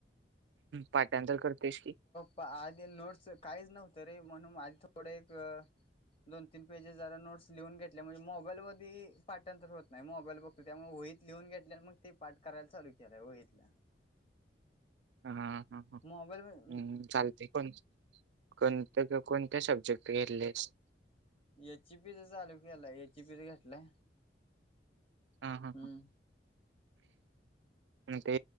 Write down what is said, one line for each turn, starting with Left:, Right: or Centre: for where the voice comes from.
Right: पठाणतर करतोइस की.
Left: प आधी नोट्स काहीच नव्हतं रे. म्हणून माझी थोडं एक, दोन तीन पेजेस जरा नोट्स लिहून घेतल्या म्हणजे मोबाईल वरती पाठांंतर होत नाही मोबाईल बघ तू त्यामुळे वळीत लिहून घेतल्या आणि मग ते पाठ करायल चालू केलंय वहीतल.
Right: हा ह
Left: मोबाईल
Right: ह्, चालते कोण कोणत कोणत्या सब्जेक्ट. घेतलेस?
Left: एची पीच चालू केला एचीपीच घेतलाय.
Right: हा हा
Left: हम्म
Right: हा. ते